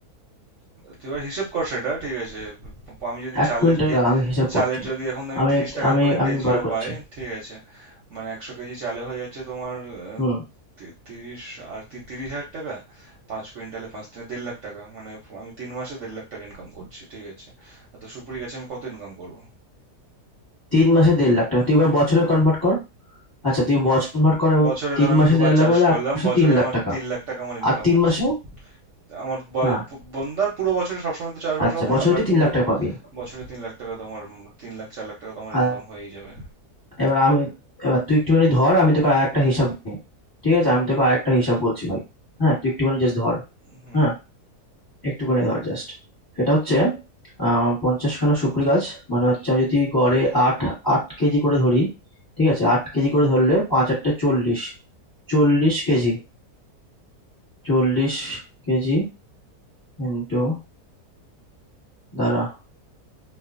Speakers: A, on the right (about 60°); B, on the left (about 15°).
A: তুই এবার হিসেব কর সেটা ঠিক আছে প- আমি যদি
B: এক
A: চালের
B: কুইন্টাল
A: কে
B: আমি হিসাব
A: চালের
B: করছি
A: যদি এখন আমি
B: আমি
A: তিরিশ টাকা
B: আমি
A: করে
B: আমি
A: কেজিও
B: বার করছি
A: পাই ঠিক আছে মানে একশো কেজি চালে হয়ে যাচ্ছে তোমার আহ,
B: হুম
A: তি- তিরিশ আর তি- তিরিশ হাজার টাকা পাঁচ কুইন্টালে পাঁচ তিনে দেড় লাখ টাকা মানে আমি তিন মাসে দেড় লাখ টাকা ইনকাম করছি ঠিক আছে আর তো সুপুরি গাছে আমি কত ইনকাম করব
B: তিন মাসে দেড় লাখ টাকা তুই এবার বছরে কনভার্ট কর আচ্ছা তুই বছর কনভার্ট করে
A: বছরে
B: তিন
A: ধর আমি
B: মাসে
A: দুবার
B: দেড় লাখ
A: চাষ
B: হলে
A: করলাম
B: আর তিন মাসে
A: বছরে
B: তিন লাখ
A: আমার
B: টাকা
A: তিন লাখ টাকা আমার ইনকাম
B: আর তিন
A: হচ্ছে
B: মাসে
A: আমার ব-
B: হ্যাঁ
A: বন্দার পুরো বছরে সবসময় তো চাষবাস
B: আচ্ছা
A: হবে
B: বছরে
A: না বাট
B: তুই তিন
A: পুরো
B: লাখ টাকা পাবি
A: বছরে তিন লাখ টাকা তো আমার উম, তিন লাখ চার লাখ টাকা তো আমার
B: আর
A: ইনকাম হয়েই যাবে
B: এবার আমি এবার তুই একটুখানি ধর আমি তোকে আর একটা হিসাব দিই ঠিক আছে আমি তোকে আর একটা হিসাব বলছি ভাই হ্যাঁ তুই একটুখানি জাস্ট ধর
A: হুম
B: হ্যাঁ একটুখানি ধর জাস্ট সেটা হচ্ছে আহ, পঞ্চাশখানা সুপারি গাছ মানে হচ্ছে আমি যদি গড়ে আট আট কেজি করে ধরি ঠিক আছে আট কেজি করে ধরলে পাঁচ আটটা চল্লিশ চল্লিশ কেজি চল্লিশ কেজি ইন্টু দ্বারা